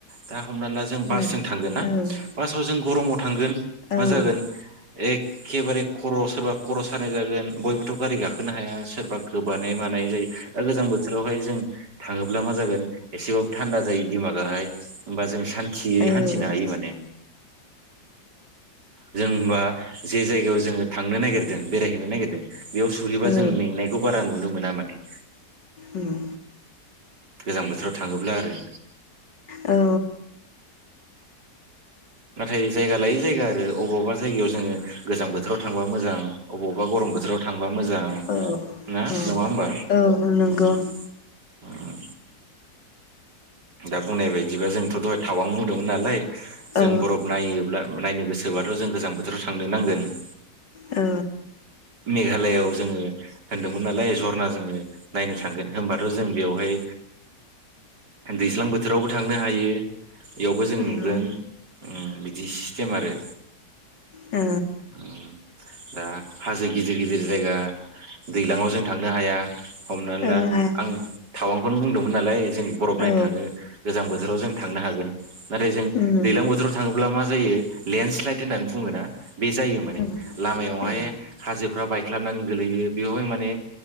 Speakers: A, on the right; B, on the left.
A: दा हमनानै ला जों बासजों
B: ओ
A: थांगोन ना
B: औ
A: बासाव जों गरमाव थांगोन
B: औ ओ
A: मा जागोन? एखखेबारे खर' सोरबा खर' सानाय जागोन बयबोथ' गारि गाखोनो हाया सोरबा गोबानाय मानाय जायो दा गोजां बोथोरावहाय जों थाङोब्ला मा जागोन एसेबाबो थान्दा जायो दिमागाहाय होमबा जों सान्थि
B: ओ
A: हान्थिनो हायो माने जों होमबा जे जायगायाव जोङो थांनो नागिरदों बेरायहैनो नागिरदों बेयाव सहैबा
B: औ
A: जों मेंनायखौ बारा नु नुनो मोना माने ।
B: उम
A: गोजां बोथोराव थाङोब्ला आरो ।
B: औ
A: नाथाय जायगा लायै जायगा आरो अबावबा जायगायाव जोङो गोजां बोथोराव थांबा मोजां अबावबा गरम बोथोराव थांबा मोजां
B: औ
A: ना
B: औ
A: नङा होमबा?
B: औ नंगौ
A: उम दा बुंनाय बायदिबा जोंथ' दहाय थावां बुंदोंमोन नालाय जों
B: औ
A: बरफ नायोब्ला नायनो गोसो बाथ' जों गोजां बोथोरावसो थांनो नांगोन ।
B: औ
A: मेघालयआव जोङो होनदोंमोन नालाय जरना जोङो नायनो थांगोन होनबाथ' जों बेवहाय दैज्लां बोथोरावबो थांनो हायो । इयावबो जों
B: उम
A: नुगोन बिदि सिस्टेम आरो
B: ओ
A: उम दा हाजो गिदिर गिदिर जायगा दैलाङाव जों थांनो हाया हमनानै ला
B: ओ
A: आं थावां खौनो बुंदों मोन नालाय जों बरफ नाय
B: औ
A: नो थाङो गोजां बोथोराव जों थांनो हागोन नाथाइ जों
B: उम
A: दैज्लां बोथोराव थाङोब्ला मा जायो लेण्डस स्लाइद होननानै बुङोना बे जायो माने
B: औ
A: लामायाव
B: ए
A: हाय हाजोफ्रा बायख्लाब नानै गोलैयो बेयाव जों माने